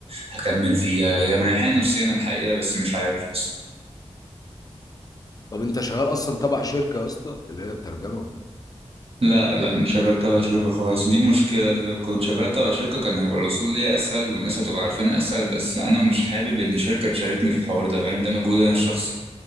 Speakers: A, on the right (about 55°); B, on the left (about 35°).
A: هكمل فيها هي مريحاني نفسيا الحقيقة بس مش عارف لسه.
B: طب انت شغال اصلا تبع شركة يا اسطى اللي هي الترجمة
A: لا لا مش شغال تبع شركة خالص دي المشكلة لو كنت شغال تبع شركة كان هيبقى الوصول ليا أسهل والناس هتبقى عارفاني أسهل بس أنا مش حابب إن شركة تشاركني في الحوار ده فاهم ده مجهود أنا الشخصي